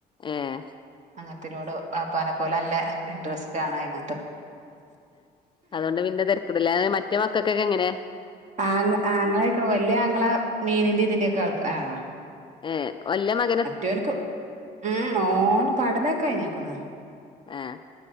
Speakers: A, on the left; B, on the right.
A: ഏഹ്
B: അങ്ങനത്തിനോട് വാപ്പനെ പോലെ നല്ല ഇൻട്രറസ്റ്റ് ആണ് അയ്ന്
A: അതോണ്ട് പിന്നെ തരക്കേടില്ല മറ്റേ മക്കൾക്കൊക്കെ എങ്ങനെയാ?
B: ആ ആങ്ങളെക്ക വലിയ ആങ്ങള മീനിന്റെ ഇതിന്റെ ഒക്കെ ആൾ ആളാ
A: ഏഹ് വല്ല്യ മക്ക്
B: മറ്റോൻക്ക് ഉം ഓന് പഠനൊക്കെ കഴിഞ്ഞേക്ണ്
A: ആഹ്